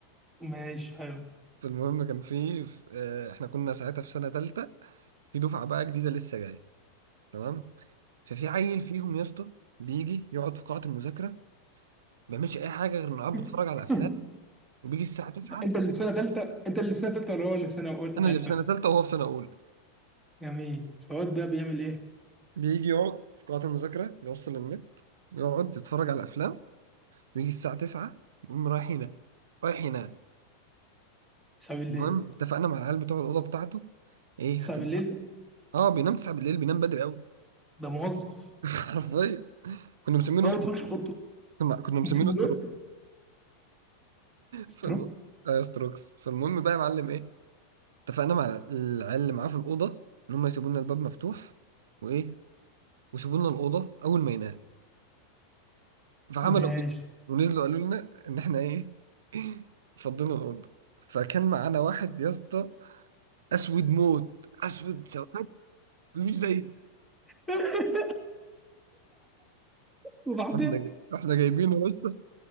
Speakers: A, in the centre; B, on the right (about 60°).
A: ماشي حلو
B: فالمهم كان في في- آه، احنا كنا ساعتها في سنة تالتة في دفعة بقى جديدة لسه جاية تمام ففي عيل فيهم يا اسطى بيجي يقعد في قاعة المذاكرة ما بيعملش أي حاجة غير إنه قاعد
A: <laughs>
B: بيتفرج على أفلام وبيجي الساعة 9
A: انت اللي في سنه ثالثه انت اللي في سنه ثالثه ولا هو اللي في سنه اولى
B: أنا
A: ثالثه
B: اللي في سنة تالتة وهو في سنة أولى
A: جميل فواد بقى بيعمل ايه
B: بيجي يقعد في قاعة المذاكرة يوصل النت يقعد يتفرج على أفلام ويجي الساعة 9 يقوم رايح ينام رايح ينام
A: 9 بالليل
B: المهم اتفقنا مع العيال بتوع الأوضة بتاعته إيه
A: 9
B: هتبقى
A: بالليل
B: آه بينام 9 بالليل بينام بدري أوي
A: ده موظف
B: <laughs> حرفيا كنا مسمينه
A: هو ما بيتفرجش في اوضته
B: كنا كنا مسمينه
A: مسمي
B: ستروكس
A: ايه
B: فالم...
A: ستروكس
B: ايوه ستروكس فالمهم بقى يا معلم ايه اتفقنا مع العيال اللي معاه في الاوضه ان هم يسيبوا لنا الباب مفتوح وايه ويسيبوا لنا الاوضه اول ما ينام فعملوا
A: ماشي
B: كده ونزلوا قالوا لنا ان احنا ايه <laughs> فضينا الاوضه فكان معانا واحد يا اسطى اسود موت اسود سواد مش زي
A: <laughs> وبعدين
B: رحنا جا- رحنا جايبينه يا اسطى